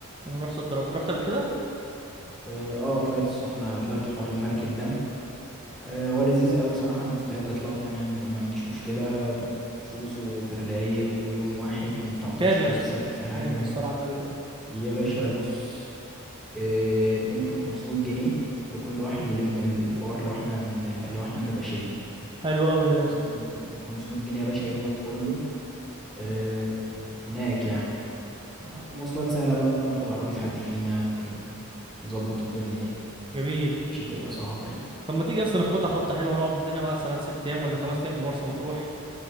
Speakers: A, on the right; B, in the centre.
A: ونروح صد رد رحت قبل كده
B: اه آه، طلعت السخنة طلعت حوار المركب ده آه، هو لذيذ قوي صراحة انا مستعد اطلعه تاني عندي ما عنديش مشكلة فلوسه في الرايق ويوم واحد ما بتعطلش
A: كام يا
B: نفسك
A: اسطى
B: في حاجة
A: كام بالصلاة على النبي كده
B: يا باشا بص آه، ممكن 500 جنيه لكل واحد يلم الحوار لو احنا هن... لو احنا هنبقى شلة
A: حلو قوي ده يا اسطى
B: 500 جنيه 500 جنيه يا باشا يومك كله آه، هناك يعني مواصلات سهلة بقى ممكن ناخد عربية حد فينا ممكن نظبط الدنيا دي
A: جميل
B: مش هتبقى صعبة يعني
A: طب ما تيجي اصلا نخبطها خبطة حلوة ونقعد لنا مثلا ست ايام ولا خمس ايام في مرسى مطروح